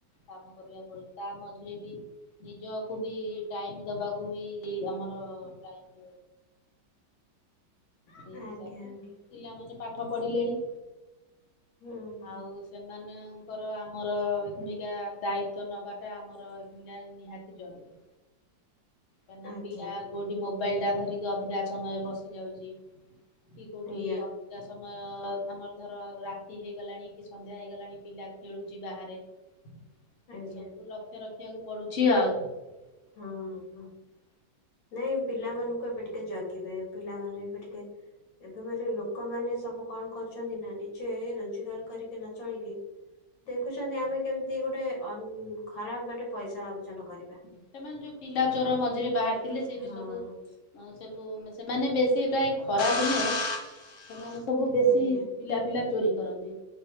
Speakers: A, on the left (about 55°); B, on the left (about 85°).
A: କାମ କରିବାକୁ ପଡୁଚି ତା ମଝିରେ ବି ନିଜକୁ ବି ଟାଇମ୍ ଦବାକୁ ବି ଆମର ଟାଇମ୍ ପିଲାମାନେ
B: ଆଜ୍ଞା ଆଜ୍ଞା
A: ପାଠ ପଢିଲେଣି?
B: ହୁଁ ହୁଁ
A: ଆଉ। ସେମାନଙ୍କର ଆମର ଏଇଖୁଣିକା ଦାଇତ୍ୱ ନେବାଟା ଆମର ଏଇଖୁଣିକା ନିହାତି ଜରୁୀ। କାହିଁକିନା
B: ଆଜ୍ଞା
A: ପିଲା କୋଉଠି ମୋବାଇଲଟା ଧରିକି ଅଧିକା ସମୟ ବସିଯାଉଚି। କି କୋଉଠି
B: ଆଜ୍ଞା
A: ଅ କା ସମୟ ଆମର ଧର ରାତି ହେଇଗଲାଣି କି ସନ୍ଧ୍ୟା ହେଇଗଲାଣି ପିଲା ଖେଳୁଚି ବାହାରେ ଏ
B: ଆଜ୍ଞା
A: ସବୁ ଲକ୍ଷ୍ୟ ରଖିବାକୁ ପଡୁଚି ଆଉ। <unintelligible>
B: ହଁ ହଁ। ନାଇଁ ପିଲାମାନଙ୍କୁ ଏବେ ଟିକେ ଜଗିବେ ପିଲାମାନେ ଏବେ ଟିକେ ଏବେ ଗୁରେ ଲୋକମାନେ ସବୁ କଣ କରୁଚନ୍ତି ନା ନିଜେ ରୋଜଗାର କରିକିନା ନଚଳିକି ଦେଖୁଚନ୍ତି ଆମେ କେମିତି ଗୋଟେ ଅନ ଖରାପ ବାଟେ ପଇସା ଅର୍ଜନ କରିବା।
A: ସେମାନେ ଯୋଉ ପିଲା ଚୋର ମଝିରେ ବାହାରିଥିଲେ ସେ ବି
B: ହଁ।
A: ସବୁ ହଁ ସବୁ ସେମାନେ ବେଶୀ ପ୍ରାୟ ଖରା ଦିନେ ସେମାନେ ସବୁ ବେଶୀ
B: ଆଜ୍ଞା
A: ପିିଲା ପିିଲା ଚୋରି କରନ୍ତି।